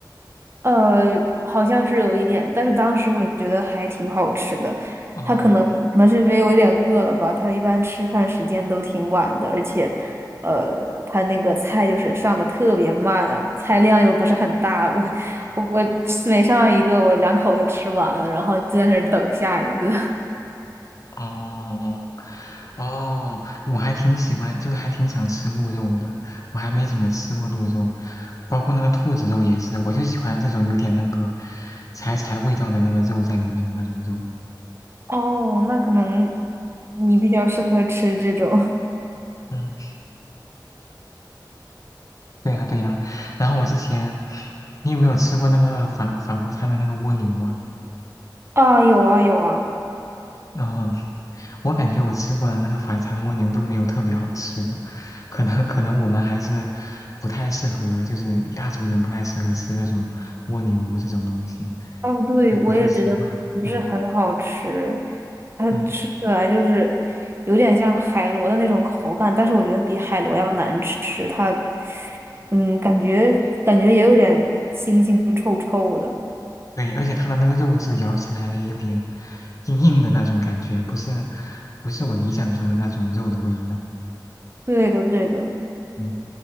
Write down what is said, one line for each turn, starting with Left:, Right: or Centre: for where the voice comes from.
Right: 呃，好像是有一点，但是当时我觉得还挺好吃的。
Left: 哦，
Right: 他可能可能是因为我有点饿了吧，他一般吃饭时间都挺晚的，而且，呃，他那个菜就是上的特别慢啊，菜量又不是很大，我我我吃每上一个我两口就吃完了，然后就在那儿等下一个。
Left: 哦哦，我还挺喜欢，就还挺想吃鹿肉的。我还没怎么吃过鹿肉，包括那个兔子肉也是，我就喜欢这种有点那个柴柴味道的那个肉在里面的那种肉。
Right: <laughs> 哦，那可能你比较适合吃这种
Left: 嗯，对呀对呀。然后我之前，你有没有吃过那个法法国餐的那个蜗牛啊？
Right: 啊，有啊有啊。
Left: 然后。我感觉我吃过的那个法餐蜗牛都没有特别好吃的，可能可能我们还是不太适合，就是亚洲人不太适合吃这种蜗牛这种东西，
Right: 哦，对，
Left: 就不太习惯。
Right: 我也觉得不是很好吃，
Left: 嗯
Right: 它吃起来就是有点像海螺的那种口感，
Left: 嗯，
Right: 但是我觉得比海螺要难吃。它，嗯，感觉感觉也有点腥腥臭臭的。
Left: 对，而且它的那个肉质咬起来有点硬硬的那种感觉，不是不是我理想中的那种肉的味道。
Right: 对的，对的。
Left: 嗯。